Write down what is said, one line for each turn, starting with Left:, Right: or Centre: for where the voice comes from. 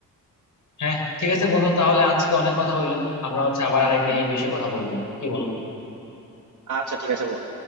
Left: হ্যাঁ ঠিক আছে বন্ধু তাহলে আজকে অনেক কথা হইলো আমরা হচ্ছে আবার আরেকদিন এই বিষয়ে কথা বলবো কি বলো
Right: আচ্ছা ঠিক আছে বন্ধু